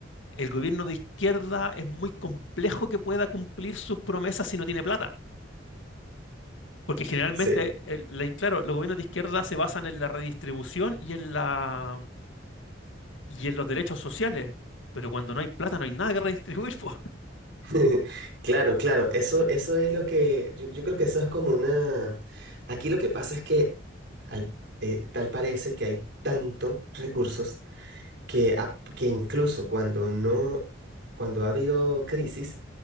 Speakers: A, on the left; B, on the right.
A: el gobierno de izquierda es muy complejo que pueda cumplir sus promesas si no tiene plata. Porque generalmente,
B: sí.
A: el- la- claro, los gobiernos de izquierda se basan en la redistribución y en la, y en los derechos sociales. Pero cuando no hay plata no hay nada que redistribuir, <laughs> po.
B: <laughs> Claro, claro, eso,
A: Sí.
B: eso es lo que, yo, yo creo que eso es como una, aquí lo que pasa es que al- eh, tal parece que hay tantos recursos que, a- que incluso cuando no, cuando ha habido crisis,